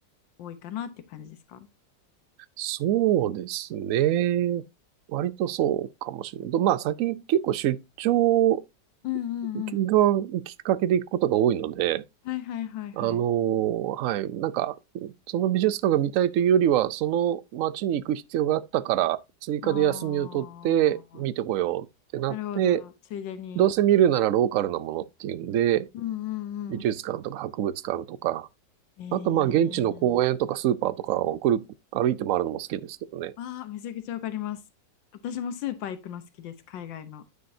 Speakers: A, on the left; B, on the right.
A: 多いかなって感じですか
B: そうですね。割とそうかもしれない。とまあ、先に結構出張
A: うんうんうん。
B: がきっかけで行くことが多いので、
A: はいはいはいはい。
B: あのはい。なんか、その美術館が見たいというよりは、その街に行く必要があったから、追加で休みを取って見てこようってなって、
A: ああ、なるほど。ついでに。
B: どうせ見るならローカルなものっていうんで、
A: うんうんうん。
B: 美術館とか博物館とか、
A: えー、
B: あとまあ現地の公園とかスーパーとかを送る、歩いて回るのも好きですけどね。
A: ああ、めちゃくちゃわかります。私もスーパー行くの好きです、海外の。